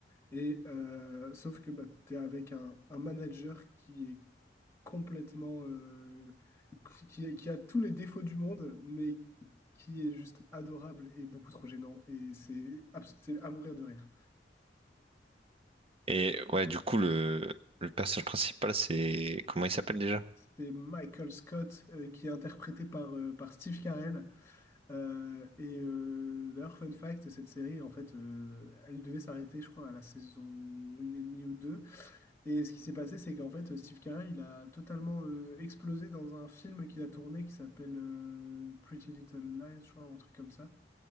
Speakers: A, on the left (about 15°); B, on the right (about 35°).
A: Et euh, sauf que bah, tu es avec un, un manager qui est complètement euh, qui a, qui a tous les défauts du monde, mais qui est juste adorable et beaucoup trop gênant. Et c'est abs- c'est à mourir de rire.
B: Et ouais, du coup, le, le personnage principal, c'est... Comment il s'appelle déjà?
A: C'est Michael Scott euh, qui est interprété par, euh, par Steve Carell. Euh, et euh, d'ailleurs, fun fact, cette série, en fait, euh, elle devait s'arrêter, je crois, à la saison une et demie ou deux. Et ce qui s'est passé, c'est qu'en fait, Steve Carell, il a totalement euh, explosé dans un film qu'il a tourné qui s'appelle euh, Pretty Little Lies, je crois, un truc comme ça.